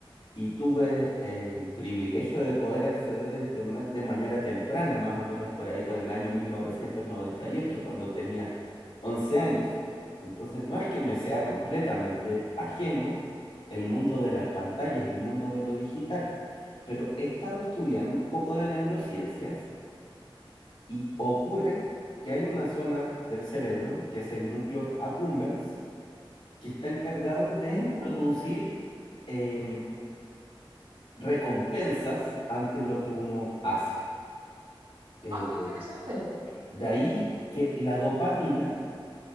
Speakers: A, on the left (about 80°); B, on the right (about 85°).
A: y tuve el privilegio de poder acceder a Internet de manera temprana, más o menos por ahí, por el año mil novecientos noventa y ocho cuando tenía 11 años. Entonces, no es que me sea completamente ajeno el mundo de las pantallas, el mundo de lo digital, pero he estado estudiando un poco de neurociencias y ocurre que hay una zona del cerebro, que es el núcleo accumbens, que está encargado de
B: Mm.
A: producir em, recompensas ante lo que uno hace. Eh,
B: Ah, qué interesante.
A: de ahí que la dopamina,